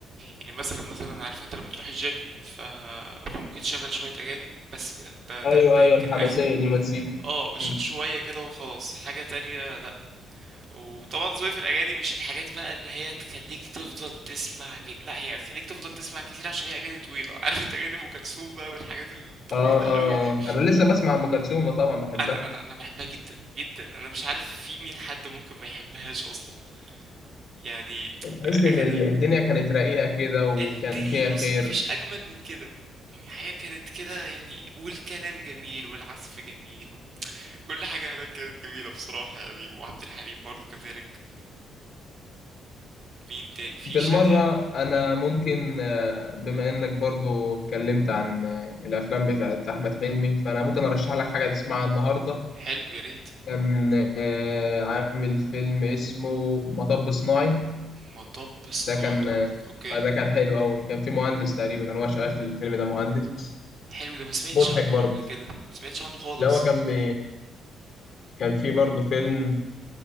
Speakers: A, on the right; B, on the left.
A: يعني مثلا مثلا عارف انت لما تروح الجيم ف... فممكن تشغل شوية اغاني بس كده ده ده
B: ايوه
A: ده
B: ايوه
A: يمكن
B: الحماسيه
A: اخري
B: دي مزيكا
A: اه مش
B: مم.
A: شوية كده وخلاص حاجة تانية لا وطبعا ذوقي في الأغاني مش الحاجات بقى اللي هي تخليك تفضل تسمع كي... لا هي هتخليك تفضل تسمع كتير عشان هي أغاني طويلة عارف انت أغاني أم كلثوم بقى والحاجات الطويلة
B: اه اه
A: قوي
B: آه.
A: دي
B: انا لسه بسمع ام كلثوم طبعا بحبها
A: انا انا انا بحبها جدا جدا انا مش عارف في مين حد ممكن ما يحبهاش اصلا يعني
B: تحس ان
A: اغاني
B: ال- الدنيا كانت رقيقه كده وكان
A: الدنيا
B: فيها
A: بص
B: خير
A: مفيش اجمل من كده يعني الحياة كانت كده يعني والكلام جميل والعزف جميل وكل حاجة هناك كانت جميلة بصراحة يعني وعبد الحليم برضو كذلك مين تاني في
B: بالمره
A: شادية
B: انا
A: مهم.
B: ممكن آه، بما انك برضو اتكلمت عن آه، الافلام بتاعت احمد حلمي فانا ممكن ارشح لك حاجه تسمعها النهارده
A: حلو يا ريت
B: كان آه، عامل فيلم اسمه مطب صناعي
A: مطب صناعي
B: ده كان آه،
A: اوكي
B: ده كان حلو أوي كان في مهندس تقريبا كان هو شغال في الفيلم ده مهندس
A: حلو ده ما سمعتش
B: مضحك
A: عنه
B: برضه
A: قبل كده ما سمعتش عنه خالص
B: اللي هو كان بي... كان في برضه فيلم